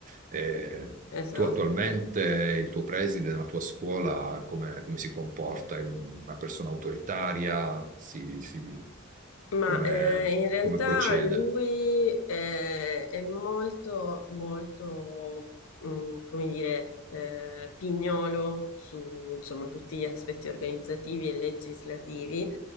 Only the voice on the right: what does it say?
eh,
tu attualmente, il tuo preside nella tua scuola, come, come si comporta? È una persona autoritaria? Si, si-
come,
come procede?